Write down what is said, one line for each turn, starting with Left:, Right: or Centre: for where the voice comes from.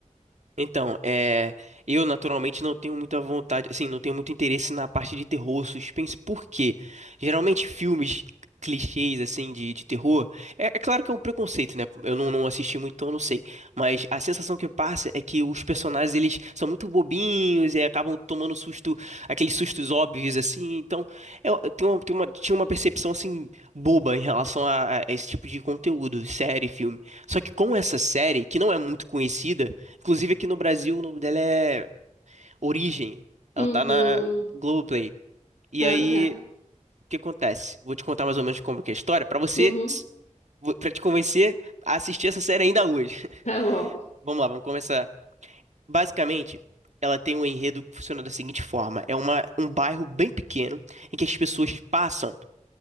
Right: Então, é, eu naturalmente não tenho muita vontade, assim, não tenho muito interesse na parte de terror, suspense, porque geralmente filmes clichês, assim, de, de terror, é, é claro que é um preconceito, né? Eu não, não assisti muito, então eu não sei, mas a sensação que passa é que os personagens, eles são muito bobinhos e acabam tomando susto, aqueles sustos óbvios, assim, então eu, eu tenho uma, tenho uma- tinha uma percepção, assim, boba em relação a, a esse tipo de conteúdo, série, filme. Só que com essa série, que não é muito conhecida, Inclusive aqui no Brasil, o nome dela é Origem. Ela
Left: Uhum.
Right: tá na Globoplay. E
Left: Ah,
Right: aí,
Left: legal.
Right: o que acontece? Vou te contar mais ou menos como que é a história pra você,
Left: Uhum.
Right: para te convencer a assistir essa série ainda hoje. <laughs>
Left: Tá bom.
Right: Vamos lá, vamos começar. Basicamente, ela tem um enredo que funciona da seguinte forma: é uma, um bairro bem pequeno em que as pessoas passam